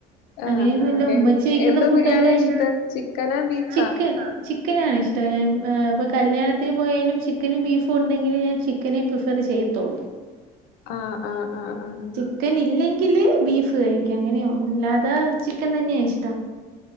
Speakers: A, on the left; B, on the right.
A: ആഹ്
B: അങ്ങനെയൊന്നുല്ല
A: ആഹ്
B: ഉമ്മച്ചി
A: ഏ
B: വെക്കുന്ന
A: എന്ത്
B: ഫുഡല്ല
A: ബിരിയാണിയാ
B: എനി
A: ഇഷ്ടം ചിക്കനാ ബീഫാ
B: ചിക്കൻ ചിക്. ചിക്കനാണ് ഇഷ്ടം ഞാൻ ഇപ്പോ കല്യാണത്തിന് പോയാലും ചിക്കനും ബീഫും ഉണ്ടെങ്കിലും ഞാൻ ചിക്കനെ പ്രിഫർ ചെയ്യത്തുള്ളൂ.
A: ആഹ് ആഹ് ആഹ് ആഹ്
B: ചിക്കൻ ഇല്ലെങ്കില് ബീഫ് കഴിക്കും അങ്ങനെയള്ളൂ അല്ലാതെ ചിക്കൻ തന്നെയാ ഇഷ്ടം.